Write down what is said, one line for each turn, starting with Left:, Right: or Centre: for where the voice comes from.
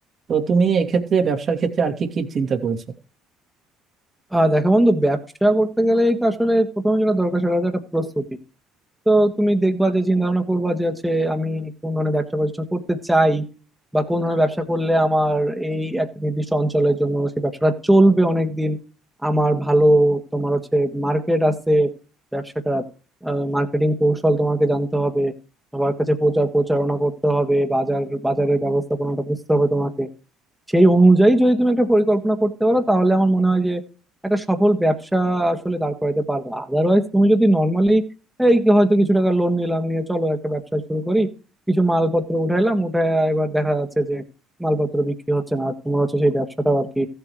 Right: তো তুমি এক্ষেত্রে ব্যবসার ক্ষেত্রে আর কি কি চিন্তা করেছো
Centre: আহ দেখো বন্ধু ব্যবসা করতে গেলেই তো আসলে প্রথমে যেটা দরকার সেটা হচ্ছে একটা প্রস্তুতি তো তুমি দেখবা যে চিন্তা ভাবনা করবা যে হচ্ছে আমি কোন ধরনের ব্যবসা প্রতিষ্ঠান করতে চাই বা কোন ধরনের ব্যবসা করলে আমার এই একটা নির্দিষ্ট অঞ্চলের জন্য সেই ব্যবসাটা চলবে অনেক দিন আমার ভালো তোমার হচ্ছে মার্কেট আছে ব্যবসাটা মার্কেটিং কৌশল তোমাকে জানতে হবে সবার কাছে প্রচার প্রচারণা করতে হবে বাজার বাজারের ব্যবস্থাপনাটা বুঝতে হবে তোমাকে সেই অনুযায়ী যদি তুমি একটা পরিকল্পনা করতে পারো তাহলে আমার মনে হয় যে একটা সফল ব্যবসা আসলে দাঁড় করাতে পারবে আদারওয়াইজ তুমি যদি নর্মালি এই কি হয়তো কিছু টাকা লোন নিলাম নিয়ে চলো একটা ব্যবসা শুরু করি কিছু মালপত্র উঠাইলাম উঠায় এবার দেখা যাচ্ছে যে মালপত্র বিক্রি হচ্ছে না আর তোমার হচ্ছে সেই ব্যবসাটাও আর কি